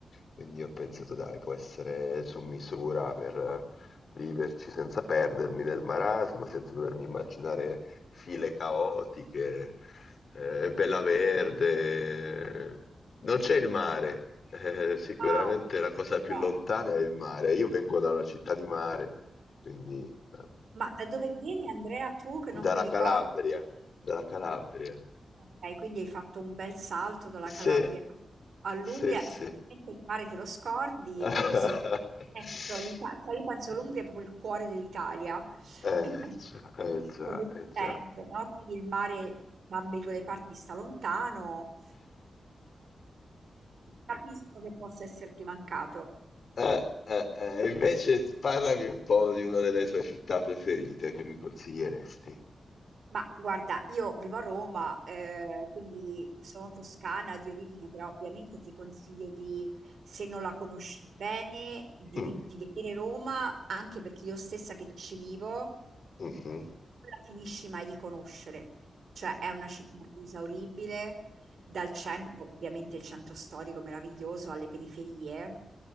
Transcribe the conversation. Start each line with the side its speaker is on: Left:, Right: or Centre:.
Left: quindi ho pensato dai, può essere su misura per viverci senza perdermi nel marasma, senza dovermi immaginare file caotiche, eh, bella verde. Non c'è il mare, eh, sicuramente
Right: Ah,
Left: la cosa più
Right: no.
Left: lontana è il mare. Io vengo da una città di mare, quindi eh,
Right: Ma da dove vieni Andrea tu che non
Left: dalla
Right: mi ricordo?
Left: Calabria, dalla Calabria.
Right: Ok, quindi hai fatto un bel salto dalla
Left: Sì,
Right: Calabria all'Umbria.
Left: sì, sì.
Right: Sicuramente il mare te lo scordi
Left: <laughs>
Right: perché se lo eh, però l'Ita- cioè, io penso l'Umbria è proprio il cuore dell'Italia,
Left: Eh
Right: <laughs>
Left: già, eh già,
Right: proprio il
Left: eh già.
Right: centro, no? Quindi il mare da ambedue le parti sta lontano. Capisco che possa esserti mancato.
Left: Eh, eh, eh, invece parlami un po' di una delle tue città preferite che mi consiglieresti.
Right: Ma guarda, io vivo a Roma, eh, quindi sono toscana di origine, però ovviamente ti consiglio di, se non la conosci bene, di,
Left: Mm,
Right: vi- di vedere Roma, anche perché io stessa che ci vivo, non
Left: mhm.
Right: la finisci mai di conoscere. Cioè è una città inesauribile, dal centro, ovviamente il centro storico meraviglioso, alle periferie.